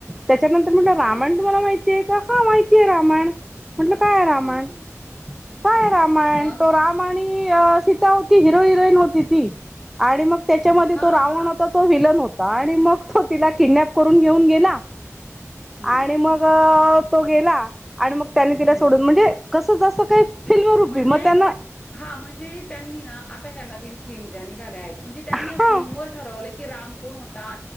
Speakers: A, in the centre; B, on the left.
A: त्याच्यानंतर म्हटलं रामाण
B: हं, हं.
A: तुम्हाला माहितीय का हा माहितीय रामायण. म्हटलं काय रामायण
B: हं, हं.
A: काय
B: हं.
A: रामायण
B: मग?
A: तो रामा आणि सीता होती हिरो हिरोन होती ती आणि मग त्याच्यामध्ये
B: हां.
A: तो रावण होता तो वील न होता, आणि मग तो तिला किडनप करून घेऊन गेला
B: हं,
A: आणि मग तो गेला, आणि मग त्याने तिला
B: हं.
A: सोडून म्हणजे कसं जसं काही फिल्म रुपी
B: म्हणजे
A: मग त्यांना
B: हा म्हणजे त्यांनी ना आता ह न फिल्म ज्या निघाल्या आहेत, म्हणजे त्यांनी
A: हा
B: आप की राम कोण होता